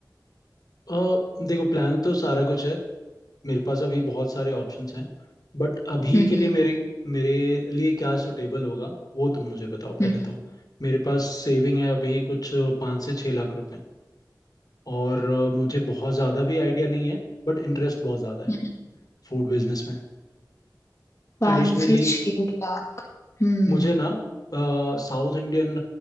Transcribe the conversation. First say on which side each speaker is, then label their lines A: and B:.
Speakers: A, on the left; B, on the left.
A: अ, देखो प्लान तो सारा कुछ है मेरे पास अभी बहुत सारे ऑप्शंस हैं बट अभी
B: हम्म
A: के लिए
B: हम्म
A: मेरे मेरे लिए क्या सुटेबल होगा वो तुम मुझे बताओ
B: हम्म
A: पहले तो मेरे पास सेविंग है अभी कुछ पाँच से छः लाख रुपए और अ, मुझे बहुत ज़्यादा भी आइडिया नहीं है बट इंटरेस्ट बहुत ज़्यादा
B: हम्म
A: है फूड बिजनेस में
B: पाँच
A: एडिशनली
B: से छह लाख हम्म
A: मुझे ना साउथ इंडियन